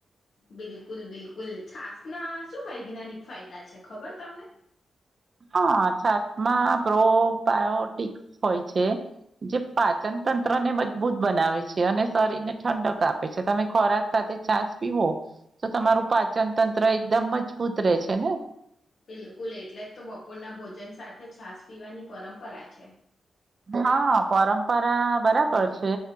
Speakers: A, on the left; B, on the right.
A: બિલકુલ બિલકુલ છાસ ના શું વૈજ્ઞાનિક ફાયદા છે ખબર તમને
B: હા છાસમાં પ્રોબાયોટિકસ હોય છે જે પાચન તંત્રને મજબૂત બનાવે છે અને શરીરને ઠંડક આપે છે તમે ખોરાક સાથે છાસ પીવો તો તમારું પાચન તંત્ર એકદમ મજબૂત રહે છે ને
A: બિલકુલ એટલે જ તો બપોરના ભોજન સાથે છાસ પીવાની પરંપરા છે
B: હા પરંપરા બરાબર છે